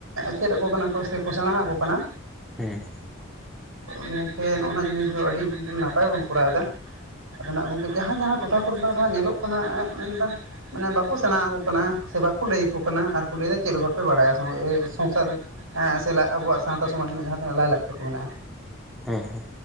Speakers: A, on the right; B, in the centre.
A: ᱪᱮᱫ ᱟᱠᱚ ᱠᱟᱱᱟ ᱠᱚ ᱥᱮᱠᱚ ᱥᱮᱬᱟ ᱟᱠᱚ ᱠᱟᱱᱟ
B: ᱦᱮᱸ
A: ᱜᱚᱢᱠᱮ ᱱᱚ-ᱚᱱᱟ ᱡᱤᱱᱤᱥ ᱫᱚ ᱟᱹᱰᱤ ᱱᱟᱯᱟᱭ ᱵᱚᱱ ᱠᱚᱨᱟᱣᱫᱟ ᱟᱫᱚ ᱱᱟᱜ ᱜᱚᱝᱠᱮ ᱡᱟᱦᱟᱸ ᱡᱟᱦᱟᱸ ᱴᱚᱴᱷᱟ ᱠᱚᱨᱮ ᱱᱟᱜ ᱫᱚ ᱦᱟᱸᱜ ᱧᱮᱞᱚᱜ ᱠᱟᱱᱟ ᱢᱮᱱᱫᱟ ᱢᱟᱱᱮ ᱵᱟᱠᱚ ᱥᱮᱬᱟ ᱟᱠᱚ ᱠᱟᱱᱟ ᱥᱮ ᱵᱟᱠᱚ ᱞᱟᱹᱭ ᱟᱠᱚ ᱠᱟᱱᱟ ᱟᱨᱠᱚ ᱞᱟᱹᱭᱫᱟ ᱪᱮᱫ ᱦᱚᱸ ᱵᱟᱯᱮ ᱵᱟᱲᱟᱭᱟ <unintelligible> ᱥᱚᱝᱥᱟᱨ ᱮᱸ ᱥᱮ <unintelligible> ᱟᱵᱚᱣᱟᱜ ᱥᱟᱶᱛᱟ ᱥᱚᱢᱟᱡᱽ ᱨᱮᱱᱟᱜ ᱡᱟᱦᱟᱸ ᱛᱤᱱᱟᱹᱜ ᱞᱟᱭᱼᱞᱟᱠᱪᱟᱨ ᱠᱚ ᱢᱮᱱᱟᱜ-ᱟ
B: ᱦᱮᱸ ᱦᱮᱸ